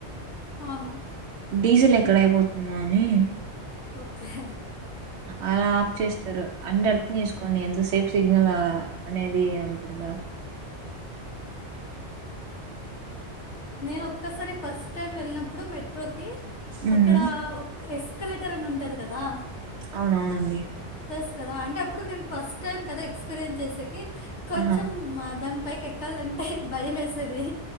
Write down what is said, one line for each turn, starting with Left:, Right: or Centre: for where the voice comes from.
Left: అవును
Right: డీజిల్ ఎక్ ఎక్కడైపోతుంద అని
Left: ఓకే
Right: అలా ఆఫ్ చేస్తారు అంటే అర్ధం చేసుకోండి ఎంత సేఫ్ సిగ్నల్ అనేది అంటందా
Left: నేను ఒక్కసారి ఫస్ట్ టైం వెళ్ళినప్పుడు మెట్రో
Right: ఉమ్
Left: అక్కడ ఒక ఎస్కలేటర్ అని ఉంటది కదా
Right: అవునవునండి
Left: తెసు కదా అంటే అప్పుడు నేను ఫస్ట్ టైం కదా ఎక్స్పీరియన్స్ చేసేకి కొంచెం
Right: ఆహా
Left: దానికి పైకి ఎక్కాలంటే భయం వేసేది